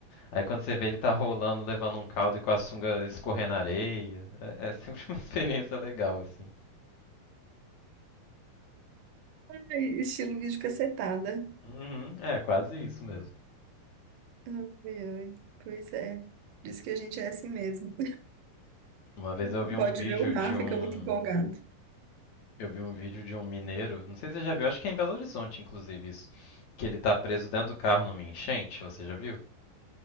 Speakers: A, on the left (about 55°); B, on the right (about 70°).
A: aí quando você vê ele tá rolando, levando um caldo e com a sunga escorrendo na areia. É, é sempre <laughs> uma experiência legal, assim.
B: Ai, estilo vídeo cacetada.
A: Uhum, é, quase isso mesmo.
B: Ai, ai. Pois é. Diz que a gente é assim mesmo.
A: Uma vez eu vi
B: Não
A: um
B: pode
A: vídeo
B: ver o mar,
A: de um
B: fica muito empolgado.
A: Eu vi um vídeo de um mineiro, não sei se você já viu, acho que é em Belo Horizonte, inclusive, isso. Que ele tá preso dentro do carro numa enchente, você já viu?